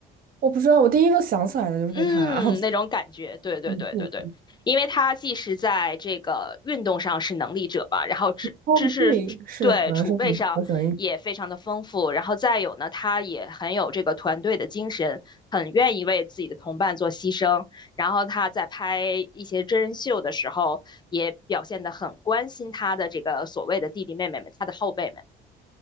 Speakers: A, on the right; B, on the left.
A: 我不知道，我第一个想起来的就是他啊，
B: 嗯，
A: <laughs> 然后
B: 那种感觉，对对对对对，
A: 嗯嗯
B: 因为他既是在这个运动上是能力者吧，然后知知识对储备上也非常的丰富，
A: 哦，对，是可能是你我喜欢运动
B: 然后再有呢，他也很有这个团队的精神，很愿意为自己的同伴做牺牲，然后他在拍一些真人秀的时候，也表现得很关心他的这个所谓的弟弟妹妹们，他的后辈们，